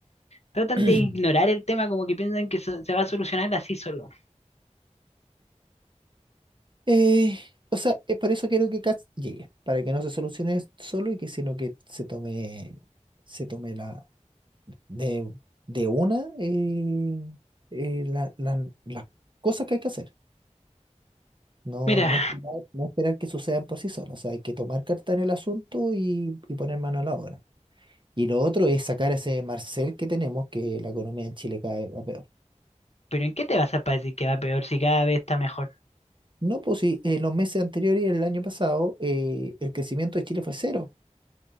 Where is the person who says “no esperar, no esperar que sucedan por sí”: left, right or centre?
Right